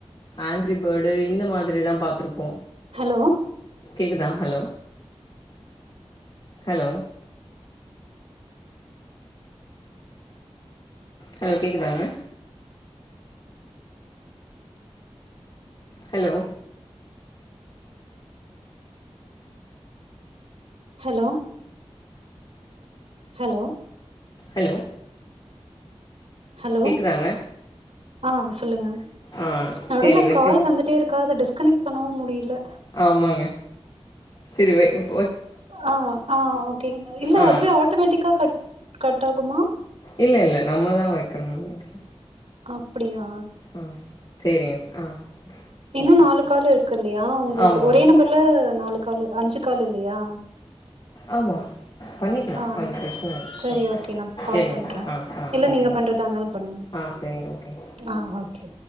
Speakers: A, on the left; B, on the right.
A: ஆங்கரி பேர்டு இந்த மாதிரிதா பாத்தருப்போ
B: ஹலோ
A: கேக்குதா ஹலோ ஹலோ ஹலோ கேக்குதாங்க hello
B: hello hello
A: hello
B: hello
A: கேக்குதாங்க
B: ஆ சொல்லுங்க
A: ஆ
B: நடுவுல்
A: சேரி வைக்க
B: கால் வந்துட்டே இருக்கா அது டிஸ்கனெக்ட் பண்ணவும் முடில
A: ஆமாங்க செரி வய்ங்க
B: ஆ ஆ ஓகே இல்ல
A: ஆ
B: அதுவே ஆட்டோமேட்டிக்கா கட் கட் ஆகுமா
A: இல்ல இல்ல நம்மதா வைக்கணும்னு நெனைக்கிறே
B: அப்படியா
A: ஆ சேரிங்க ஆ
B: இன்னு
A: ஓகே
B: நாலு கால் இருக்கு இல்லையா உங்களுக்கு
A: ஆமா
B: ஒரே
A: ஆமா
B: நம்பர்ல நாலு கால் அஞ்சு கால் இல்லையா
A: ஆமா பண்ணிக்கலா
B: ஆ
A: அப்டி பிரச்சன இல்ல
B: சரி
A: ஒகே
B: ஓகே நா கால்
A: சேரிங்க
B: பண்றே
A: ஆ ஆ
B: இல்ல
A: ஓகேங்க
B: நீங்க பண்றதா இருந்தாலு பண்ணுங்க
A: ஆ செரிங்க ஓகேங்க
B: ஆ ஓகே